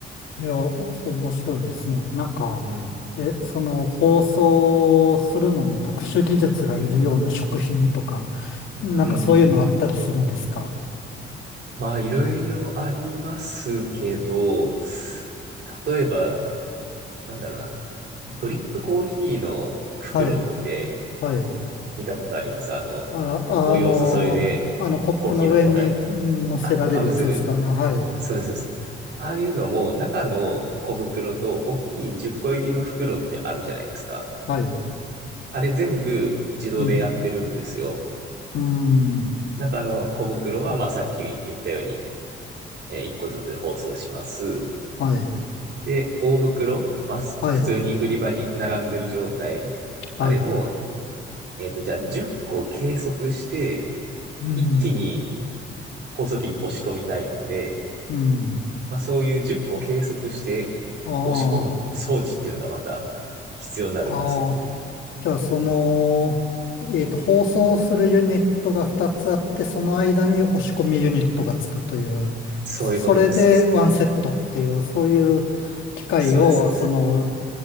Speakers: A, on the left; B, on the right.
A: い。いや、そう、面白いですね。なんか、
B: うん、
A: え、その、包装するのに特殊技術がいるような食品とか、なんかそういうのあったりするんですか
B: うん。まあいろいろありますけど、例えば、なんだろうな、ドリップコーヒーの袋って
A: はい。はい。
B: 見たことありますあの、
A: あ、
B: お湯を注いでコーヒーの粉に、
A: あの、あのコップの上にん乗せられるやつですか。
B: あ、かぶせる。
A: はい。
B: そうです、そうです。ああいうのも、中の小袋と大きい10個入りの袋ってあるじゃないですか。
A: はい。
B: あれ全部自動でやってるんですよ。
A: うん。うん。
B: 中の小袋は、まあさっき言ったように、え1個ずつ包装します。
A: はい。
B: で、大袋、まあす普通に売り場に並んでる状態。
A: はい。
B: あれも、
A: はい。
B: えっと、じゃあ10個計測して、
A: うん。
B: 一気に包装機に押し込みたいんで、
A: うん。
B: まあそういう10個を計測して押し込む装置っていうのがまた必要になるんですよ。
A: ああ。ああ。じゃあ、その、えっと、放送するユニットが2つあって、その間に押し込みユニットがつくという、
B: そういうことです。
A: それでワンセットっていう、
B: そ
A: そういう機械を、
B: そうです、そうです。
A: その、